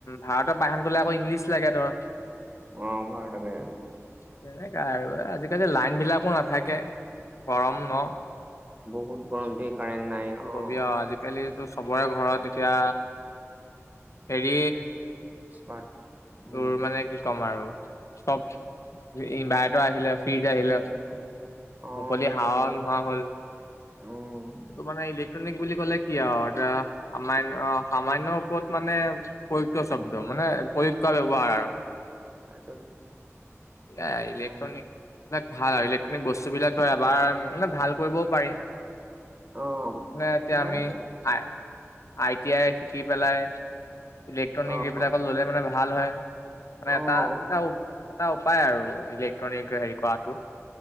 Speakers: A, on the left; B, on the right.
A: ভাৰতৰ বাহিৰত গলে আকৌ ইংলিছ লাগে ধৰ
B: অ ভাৰতৰ বাহিৰত
A: তেনেকা আৰু আজিকালি লাইন বিলাকো নাথাকে গৰম ন
B: বহুত গৰম দেই কাৰেণ্ট নাই
A: কি
B: অ',
A: কবি আৰু আজিকালি চবৰে ঘৰত এতিয়া হেৰি
B: স্মাৰ্ট উম,
A: তোৰ মানে কি ক'ম আৰু চব ইনভাৰটৰ আহিলে ফ্ৰিজ আহিলে
B: উম অ',
A: মুকলি
B: এ
A: হাৱা
B: চি
A: নোহোৱা হ'ল
B: উম,
A: এইটো মানে ইলেক ট্ৰনিক বুলি ক'লে কি আও এতিয়া সামান্য সামান্য ৰূপত মানে পয়ুক্ত চব্দ মানে প্ৰয়োগ কৰা ব্যৱহাৰ আৰু
B: তাৰপিছত
A: নাই ইলেক্ট্ৰনিক
B: উম,
A: ভাল আৰু ইলেক্ট্ৰনিক বস্তু বিলাকটো এবাৰ মানে ভাল কৰিবও পাৰি
B: অ',
A: নাই এতিয়া
B: ভাল
A: আমি
B: আছে
A: হাই। আই টি আই শিকি পেলাই ইলেক্ট্ৰনিক
B: অ',
A: এইবিলাকত ললে মানে ভাল হয়। মানে
B: অ',
A: এটা এটা এটা উপায় আৰু ইলেক্ট্ৰনিক হেৰি কৰাটো।